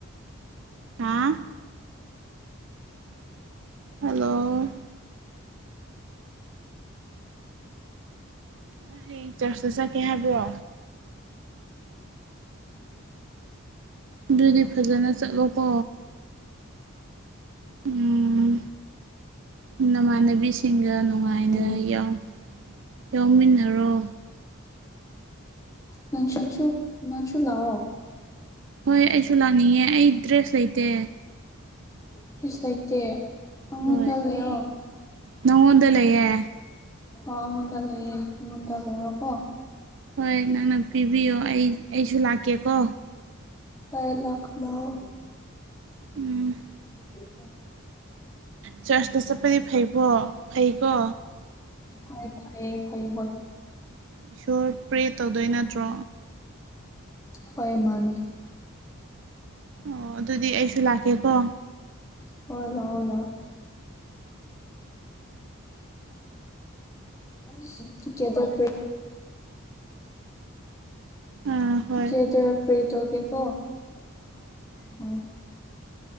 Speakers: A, on the right; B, on the left.
A: ꯍꯥ ꯍꯜꯂꯣ ꯅꯪ ꯍꯌꯦꯡ ꯆꯥ꯭ꯔꯆꯇ ꯆꯠꯀꯦ ꯍꯥꯏꯕ꯭ꯔꯣ ꯑꯗꯨꯗꯤ ꯐꯖꯅ ꯆꯠꯂꯣꯀꯣ ꯎꯝ ꯅꯃꯥꯟꯅꯕꯤꯁꯤꯡꯒ ꯅꯨꯡꯉꯥꯢꯅ
B: ꯎꯝ
A: ꯉꯥꯏꯅ ꯌꯥꯎꯃꯤꯟꯅꯔꯣ
B: ꯅꯪꯁꯨ ꯅꯪꯁꯨ ꯂꯥꯛꯑꯣ
A: ꯍꯣꯏ ꯑꯩꯁꯨ ꯂꯥꯛꯅꯤꯡꯉꯦ ꯑꯩ ꯗ꯭ꯔꯦꯁ ꯂꯩꯇꯦ
B: ꯗ꯭ꯔꯦꯁ ꯂꯩꯇꯦ ꯑꯪꯉꯣꯟꯗ
A: ꯍꯣꯏ
B: ꯂꯩꯑꯣ
A: ꯅꯪꯉꯣꯟꯗ ꯂꯩꯌꯦ
B: ꯑꯣꯉꯟꯗ ꯂꯩꯌꯦ ꯑꯩꯉꯟꯗ ꯂꯧꯔꯣꯀꯣ
A: ꯍꯣꯏ ꯅꯪꯅ ꯄꯤꯕꯤꯌꯣ ꯑꯩ ꯑꯩꯁꯨ ꯂꯥꯛꯀꯦꯀꯣ
B: ꯍꯣꯢ ꯂꯥꯛꯑꯣ
A: ꯎꯝ꯫
B: <inaudible> ꯫
A: ꯆꯔꯨꯆꯇꯥ ꯆꯄꯗꯤ ꯐꯩꯕ ꯐꯩꯒꯣ꯫
B: ꯍꯣꯏ ꯐꯌꯦ ꯐꯌꯦ ꯍꯣꯏ꯫
A: ꯏꯁꯣꯔ ꯄ꯭ꯔꯦ ꯇꯧꯗꯣꯏ ꯅꯠꯇ꯭ꯔꯣ
B: ꯍꯣꯏ ꯃꯥꯅꯦ꯫
A: ꯑꯣ ꯑꯗꯨꯗꯤ ꯑꯩꯁꯨ ꯂꯥꯛꯀꯦꯀꯣ꯫
B: ꯍꯣꯏ ꯂꯛꯑꯣ꫰ ꯀꯗ <inaudible> ꯫
A: ꯑꯥ ꯍꯣꯏ
B: ꯀꯗꯔ ꯄ꯭ꯔꯦꯇꯣꯒꯦꯀꯣ꯫ ꯍꯣꯏ